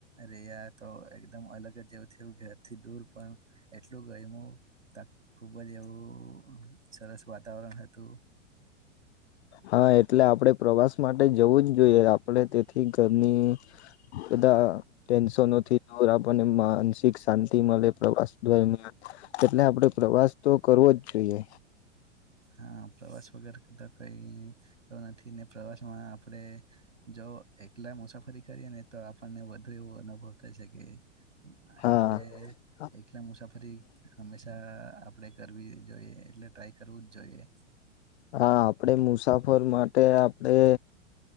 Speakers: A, on the right; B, on the left.
A: રહ્યાં તો એકદમ અલગ જ એવું થયુ ઘરથી દૂર પણ એટલું ગયમું તા ખૂબ જ એવું સરસ વાતાવરણ હતું.
B: હા, એટલે આપડે પ્રવાસ માટે જવું જ જોઈએ આપણે તે ઠીક ધરની એદા ટેન્શનોથી દૂર આપણને માનસિક મળે પ્રવાસ દરમિયાન એટલે આપડે પ્રવાસ તો કરવો જ જોઈએ
A: હા પ્રવાસ વગર ત કઈ નથી ને પ્રવાસમાં આપડે જો એકલા મુસાફરી કરીએ ને તો આપણને વધુ એવું અનુભવ થાય શકે.
B: હા
A: એટલે
B: હા
A: એકલે મુસાફરી હંમેશા આપડે કરવી જોઈએ. એટલે ટ્રાય કરવું જ જોઈએ.
B: હા, આપડે મુસાફર માટે આપડે